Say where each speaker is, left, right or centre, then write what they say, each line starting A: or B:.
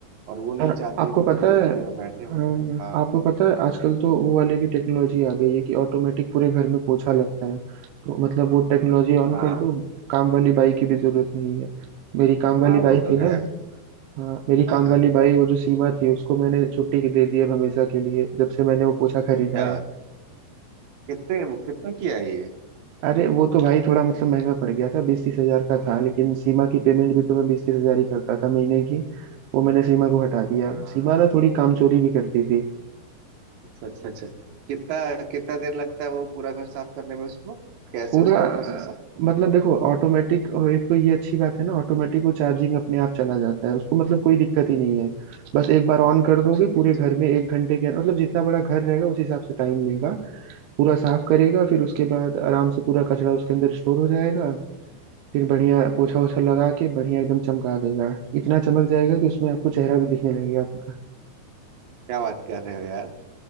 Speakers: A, on the right (about 65°); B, on the right (about 80°).
A: और वो नहीं
B: और
A: चाहते
B: आपको
A: कि
B: पता
A: जब मीटिंग
B: है
A: में बैठे
B: अम,
A: हो हाँ
B: आपको पता है आजकल तो वो वाले भी टेक्नोलॉजी आ गई है कि ऑटोमेटिक पूरे घर में पोछा लगता है तो मतलब वो टेक्नोलॉजी ऑन
A: हाँ
B: कर दो काम वाली बाई की भी जरूरत नहीं है मेरी काम वाली
A: हाँ
B: बाई
A: वो तो
B: थी ना
A: है
B: हाँ मेरी
A: हाँ
B: काम
A: हाँ
B: वाली बाई वो जो सीमा थी उसको मैंने छुट्टी के दे दी अब हमेशा के लिए जब से मैंने वो पोछा खरीदा
A: क्या
B: है
A: बात। कितने कितना किया है ये
B: अरे वो तो भाई थोड़ा मतलब महंगा पड़ गया था बीस तीस हजार का था लेकिन सीमा की पेमेंट भी तो मैं बीस तीस हजार ही करता था महीने की वो मैंने सीमा को हटा दिया
A: हाँ
B: सीमा ना थोड़ी काम चोरी भी करती
A: अच्छा अच्छा अच्छा कितना कितना देर लगता है वो पूरा घर साफ करने में उसको कैसे
B: पूरा
A: उसका
B: अ,
A: प्रोसेस है
B: मतलब देखो ऑटोमेटिक एक तो ये अच्छी बात है ना ऑटोमेटिक वो चार्जिंग अपने आप चला जाता है उसको मतलब कोई दिक्कत ही नहीं है बस एक बार ऑन कर दोगे पूरे
A: अच्छा
B: घर में एक घंटे के मतलब जितना बड़ा घर रहेगा उस हिसाब से टाइम लेगा पूरा साफ करेगा फिर उसके बाद आराम से पूरा कचरा उसके अंदर स्टोर हो जाएगा फिर बढ़िया पोछा ओछा लगा के बढ़िया एकदम चमका देगा इतना चमक जाएगा कि उसमें आपको चेहरा भी दिखने लगेगा अपना
A: क्या बात कर रहे हो यार